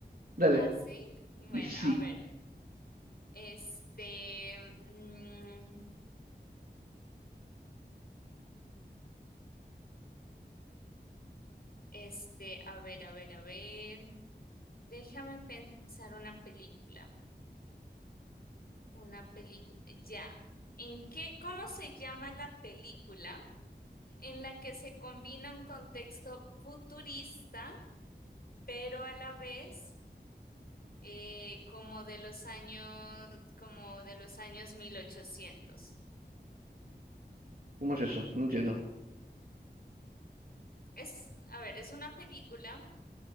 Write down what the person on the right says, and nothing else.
Dale.
Y sí.
¿Cómo es eso? No entiendo.